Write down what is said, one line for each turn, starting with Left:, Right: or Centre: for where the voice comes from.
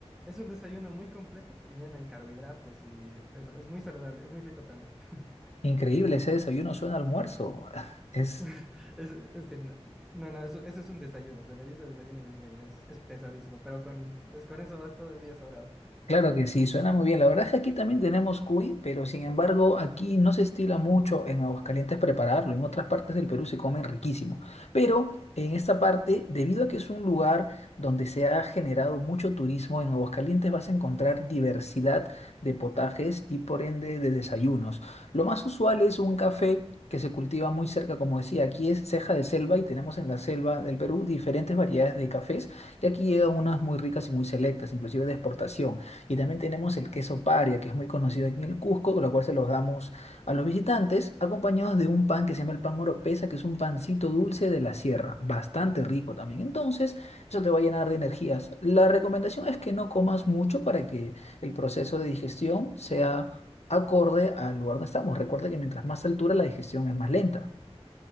Centre: es un desayuno muy completo y lleno en carbohidratos y eso, es muy saludable, es muy rico también. <laughs>
Left: Increíble, ese desayuno suena a almuerzo. <laughs> Es...
Centre: <laughs> Es, es que no, no, no, eso, eso es un desayuno, se le dice desayuno yungueño, es, es pesadísimo, pero con, es, con eso vas todo el día sobrado.
Left: Claro que sí, suena muy bien. La verdad es que aquí también tenemos cuy, pero sin embargo aquí no se estila mucho en Aguascalientes prepararlo. En otras partes del Perú se come riquísimo. Pero en esta parte, debido a que es un lugar donde se ha generado mucho turismo, en Aguascalientes vas a encontrar diversidad de potajes y por ende de desayunos. Lo más usual es un café que se cultiva muy cerca, como decía, aquí es ceja de selva y tenemos en la selva del Perú diferentes variedades de cafés y aquí llegan unas muy ricas y muy selectas, inclusive de exportación. Y también tenemos el queso paria, que es muy conocido aquí en el Cusco, con lo cual se los damos a los visitantes, acompañados de un pan que se llama el pan oropesa, que es un pancito dulce de la sierra, bastante rico también. Entonces, eso te va a llenar de energías. La recomendación es que no comas mucho para que el proceso de digestión sea acorde al lugar donde estamos. Recuerda que mientras más altura, la digestión es más lenta.